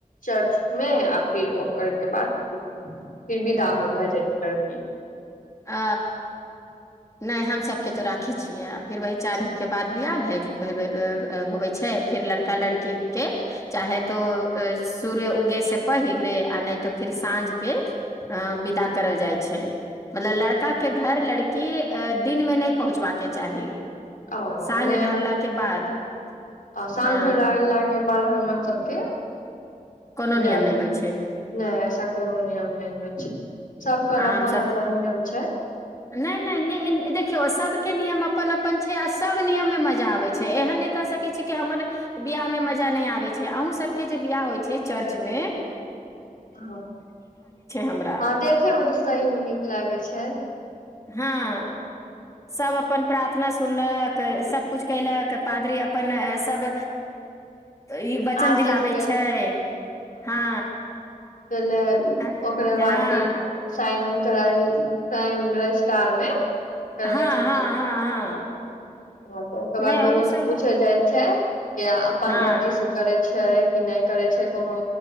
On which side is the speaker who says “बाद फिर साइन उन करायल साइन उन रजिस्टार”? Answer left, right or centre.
Left